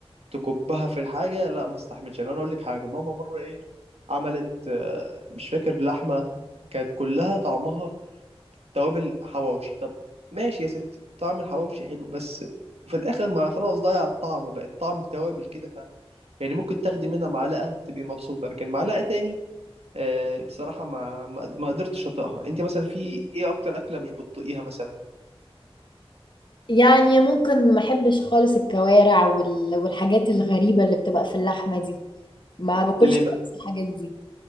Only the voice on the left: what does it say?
يعني ممكن ما احبش خالص الكوارع وال... والحاجات الغريبة اللي بتبقى في اللحمة دي ما باكلش
خالص الحاجات دي